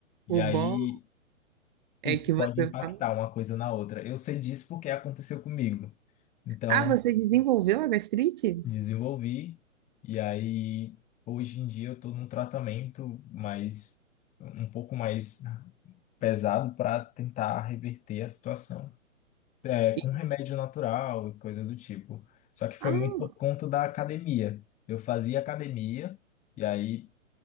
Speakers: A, on the left; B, on the right.
A: E
B: o
A: aí,
B: bom
A: isso
B: É que você
A: pode impactar
B: fala.
A: uma coisa na outra. Eu sei disso porque aconteceu comigo. Então,
B: Ah, você desenvolveu a gastrite?
A: desenvolvi. E aí, hoje em dia, eu estou num tratamento mais, um pouco mais pesado para tentar reverter a situação. É,
B: E-
A: com remédio natural e coisa do tipo. Só que foi
B: Ah,
A: muito por conta da academia. Eu fazia academia, e aí